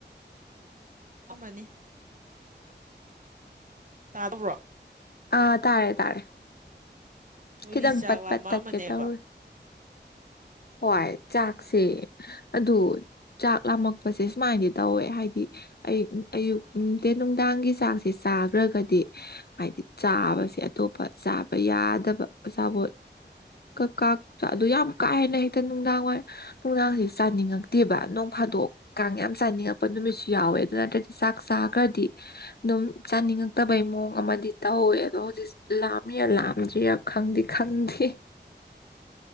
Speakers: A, on the right (about 45°); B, on the left (about 60°).
A: ꯑꯃꯅꯤ ꯇꯥꯗꯕ꯭ꯔꯣ
B: ꯑꯥ ꯇꯥꯔꯦ ꯇꯥꯔꯦ
A: ꯅꯣꯏꯗꯤ
B: ꯈꯤꯇꯪ
A: ꯆꯥꯛ
B: ꯄꯠ
A: ꯂꯥꯝꯃꯛꯑꯝꯃꯅꯦꯕ
B: ꯄꯠ ꯇꯠꯀꯦ ꯇꯧꯔꯦ ꯍꯣꯏ ꯆꯥꯛꯁꯦ ꯑꯗꯨ ꯆꯥꯛ ꯂꯥꯝꯃꯛꯄꯁꯦ ꯁꯨꯃꯥꯏꯅꯗꯤ ꯇꯧꯋꯦ ꯍꯥꯏꯗꯤ ꯑꯌꯨꯛ ꯑꯌꯨꯛ ꯅꯨꯡ ꯅꯨꯡꯗꯥꯡꯒꯤ ꯆꯥꯛꯁꯦ ꯆꯥꯈ꯭ꯔꯒꯗꯤ ꯍꯥꯏꯗꯤ ꯆꯥꯕꯁꯦ ꯑꯇꯣꯞꯄ ꯆꯥꯕ ꯌꯥꯗꯕ ꯑꯆꯥꯄꯣꯠ ꯀꯛ ꯀꯥ ꯆ ꯑꯗꯨ ꯌꯥꯝ ꯀꯥ ꯍꯦꯟꯅ ꯍꯦꯛꯇ ꯅꯨꯡꯗꯥꯡꯋꯥꯏ ꯣꯡꯒꯥꯡꯁꯤ ꯆꯥꯅꯤꯡꯉꯛꯇꯦꯕ ꯅꯣꯡ ꯐꯥꯗꯣꯛ ꯀꯥꯡ ꯌꯥꯝ ꯆꯥꯅꯤꯡꯉꯛꯄ ꯅꯨꯃꯤꯠꯁꯨ ꯌꯥꯎꯋꯦ ꯑꯗꯨ ꯅꯠꯇ꯭ꯔꯗꯤ ꯆꯥꯛ ꯆꯥꯈ꯭ꯔꯗꯤ ꯑꯗꯨꯝ ꯆꯥꯅꯤꯡꯉꯛꯇꯕꯩ ꯃꯑꯣꯡ ꯑꯃꯗꯤ ꯇꯧꯋꯦ ꯑꯗꯣ ꯍꯧꯖꯤꯛ ꯂꯥꯝꯃꯤꯔ ꯂꯥꯝꯗ꯭ꯔꯤꯔ ꯈꯪꯗꯦ ꯈꯪꯗꯦ